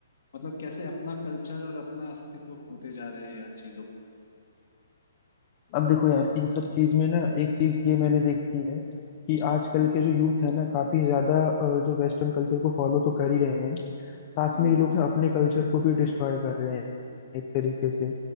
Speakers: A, on the left; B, on the left.
A: मतलब कैसे अपना कल्चर और अपना अस्तित्व खोते जा रहे हैं यार चीजों
B: अब देखो यार इन सब चीज में ना एक चीज ये मैंने देखी है कि आजकल
A: हम्म
B: के जो यूथ है ना काफी ज्यादा अ, जो वेस्टर्न कल्चर को फॉलो तो कर ही रहे हैं साथ
A: हम्म
B: में ये लोग ना अपने कल्चर को भी डिस्ट्रॉय कर रहे हैं एक तरीके से